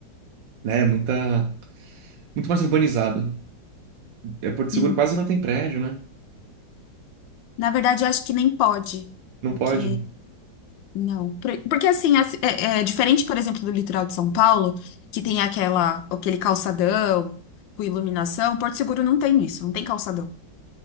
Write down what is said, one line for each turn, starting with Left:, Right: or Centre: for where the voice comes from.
Right: né, muita, muito mais urbanizado. É Porto Seguro
Left: Sim.
Right: quase não tem prédio, né?
Left: Na verdade, eu acho que nem pode.
Right: Não
Left: Porque
Right: pode?
Left: Não, por- porque assim, as- é, é diferente, por exemplo, do litoral de São Paulo, que tem aquela, aquele calçadão com iluminação, Porto Seguro não tem isso, não tem calçadão.